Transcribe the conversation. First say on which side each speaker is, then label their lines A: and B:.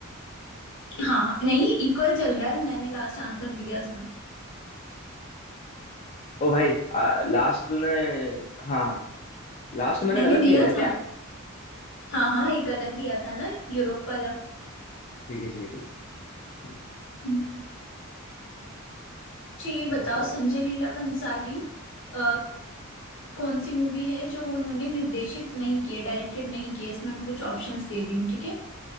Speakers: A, on the left (about 60°); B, on the left (about 35°).
A: हाँ हाँ नहीं इक्वल चल रहा है मैंने लास्ट आंसर दिया था
B: ओ भाई लास्ट तूने हाँ लास्ट मैंने
A: मैंने
B: गलत
A: दिया
B: दिया था क्या
A: था हाँ हाँ एक गलत दिया था ना यूरोप वाला
B: ठीक है ठीक है ठीक है
A: हम्म। अच्छा ये बताओ
B: बताओ
A: संजय लीला भंसाली अ, कौन सी मूवी है जो उन्होंने निर्देशित नहीं की है डायरेक्टेड नहीं की है इसमें मैं कुछ ऑप्शंस दे रही हूँ ठीक है